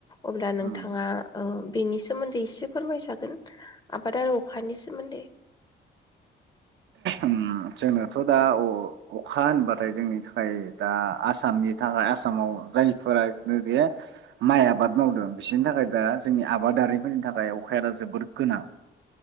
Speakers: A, on the left; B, on the right.
A: अब्ला नोंथाङा
B: उम
A: ओ बेनि सोमोन्दै एसे फोरमायजागोन आबाद आरो अखानि सोमोन्दै।
B: उम जोंनोथ' दा अखा होनबाथाय जोंनि थाखाय दा आसामनि थाखाय आसामाव जायफोरा नैबे माइ आबाद मावदों बिसोरनि थाखाय दा जोंनि आबादारिफोरनि थाखाय अखाया दा जोबोर गोनां